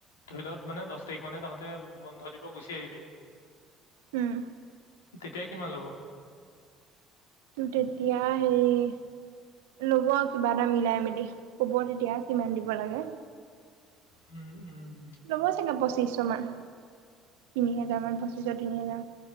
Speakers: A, on the left; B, on the right.
A: ধৰি ল' মানে, দহ তাৰিখ মানে, তহঁতে বন্ধ দিব গুচি আহি আহিবি।
B: উম,
A: তেতিয়া কিমান ল'ব?
B: তেতিয়া, হেৰি ল'ব কিবা এটা মিলাই মেলি। ক'ব তেতিয়া কিমান দিব লাগে।
A: উম'! উম'!
B: ল'ব চাগে পঁচিছশ মান, তিনি হোজাৰ মান পঁচিছৰ তিনি হাজাৰ।